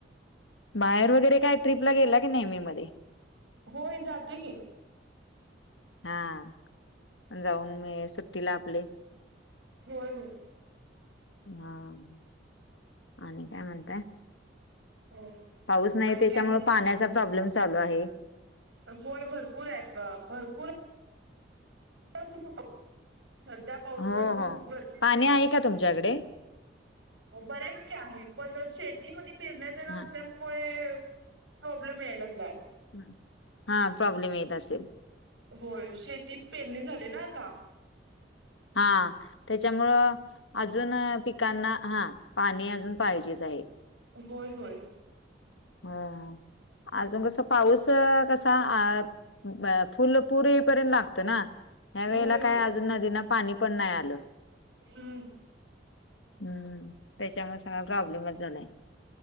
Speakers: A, on the left (about 80°); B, on the right (about 75°).
A: बाहेर वगैरे काय ट्रिपला गेला की नेहमी मे मध्ये?
B: होय. जातो की.
A: हा. जाऊन मी सुट्टीला आपले
B: होय होय.
A: हा, आणि काय म्हणताय?
B: हो
A: पाऊस नाही
B: आणि
A: त्याच्यामुळे
B: काय मग
A: पाण्याचा प्रॉब्लेम चालू आहे.
B: होय भरपूर आहेत भरपूर <unintelligible> सध्या पाऊस
A: हो,
B: पडनं
A: हो.
B: खूप गरजेचं
A: पाणी
B: आहे.
A: का तुमच्याकडे?
B: हो बऱ्यापैकी आहेत, ब शेतीमध्ये पेरण्या अन ते असल्या
A: हां,
B: मुळे प्रॉब्लेम याय लागलाय.
A: हम्म, हा प्रॉब्लेम येत असेल.
B: होय, शेतीत पेरणी झाली ना आता.
A: हा, त्याच्यामुळं अजून अ पिक कांना हा पाणी अजून पाहिजेच आहे.
B: होय होय
A: ह अजून कसं पाऊस अ कसा अ फुल पुर येई पर्यंत लागतं ना. ह्या वेळेला
B: होय होय
A: काय अजून नदीना पाणी पण नाही आलं.
B: हम्म
A: हम्म, त्याच्यामुळे सगळा प्रॉब्लेमच झाला आहे.